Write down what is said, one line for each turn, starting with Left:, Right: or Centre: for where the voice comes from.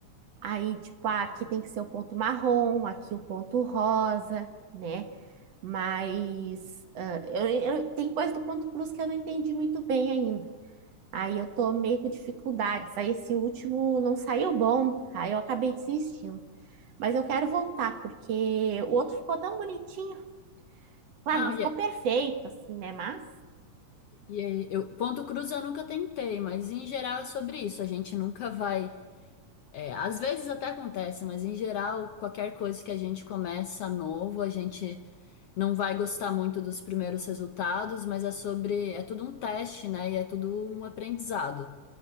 Right: Aí, tipo, ah, aqui tem que ser o ponto marrom, aqui o ponto rosa né? Mas ah, eu, eu- tem coisa do Ponto Cruz que eu não entendi muito bem ainda. Aí eu tô meio com dificuldades. Aí esse último não saiu bom. Aí eu acabei desistindo. Mas eu quero voltar, porque o outro ficou tão bonitinho. Claro,
Left: Ah,
Right: não ficou
Left: e, é-
Right: perfeito, assim, né? Mas.
Left: e é- eu, ponto cruz eu nunca tentei, mas em geral é sobre isso. A gente nunca vai. é, às vezes até acontece, mas em geral, qualquer coisa que a gente começa novo, a gente não vai gostar muito dos primeiros resultados, mas é sobre. É tudo um teste, né? E é tudo um aprendizado.